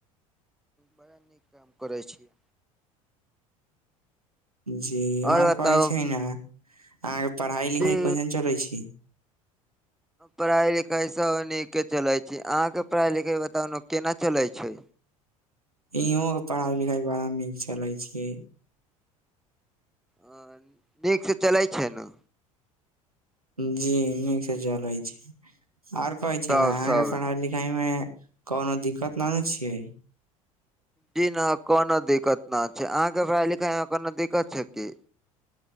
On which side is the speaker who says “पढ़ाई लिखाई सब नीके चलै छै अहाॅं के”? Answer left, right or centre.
Centre